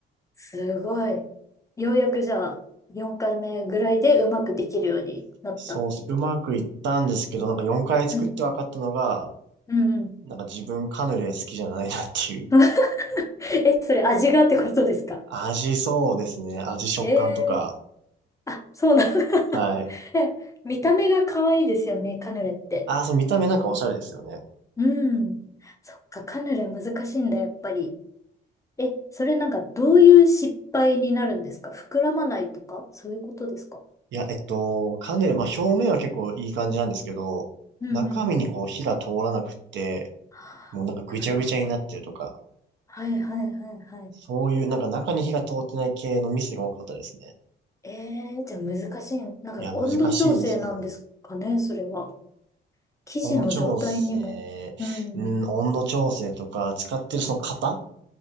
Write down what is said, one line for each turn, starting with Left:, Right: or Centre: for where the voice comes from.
Left: すごい。ようやくじゃあ、4回目ぐらいでうまくできるようになった。
Right: そうっす、うまくいったんですけど、なんか4回作って分かったのが、
Left: うん。うんうん。
Right: なんか自分カヌレ好きじゃないなっていう。
Left: <laughs> え、それ味がってことですか
Right: <laughs> 味そうですね。味食感とか。
Left: ええあ、そうなんだ。<laughs>
Right: はい。
Left: え見た目が可愛いですよね、カヌレって。
Right: あー、そう、見た目なんかおしゃれですよね。
Left: うん。そっか、カヌレ難しいんだ、やっぱり。え、それなんかどういう失敗になるんですか膨らまないとかそういうことですか
Right: いや、えっと、カヌレ、まあ表面は結構いい感じなんですけど、
Left: うんうんうん。
Right: 中身にこう火が通らなくって、
Left: はあなるほど。
Right: もうなんかぐちゃぐちゃになってるとか、
Left: はいはいはいはい。
Right: そういうなんか中に火が通ってない系のミスが多かったですね。
Left: えーじゃあ難しい。なんか温度調整なんですかね、
Right: いや、難しいですね。
Left: それは。生地の状態にも。
Right: 温度調整、
Left: うん。
Right: うん、温度調整とか、使ってるその型